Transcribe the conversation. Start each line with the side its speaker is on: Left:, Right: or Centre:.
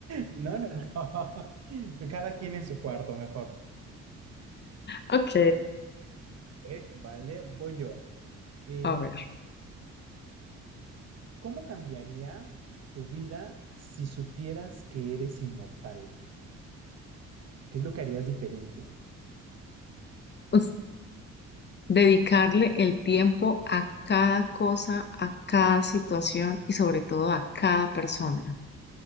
Right: No, no, no, no. <laughs> Cada quien en su cuarto, mejor.
Left: Ok,
Right: Ok, Vale, voy yo. Eh,
Left: a ver.
Right: ¿cómo cambiaría tu vida si supieras que eres inmortal? ¿Qué es lo que harías diferente?
Left: Us- dedicarle el tiempo a cada cosa, a cada situación y sobre todo a cada persona.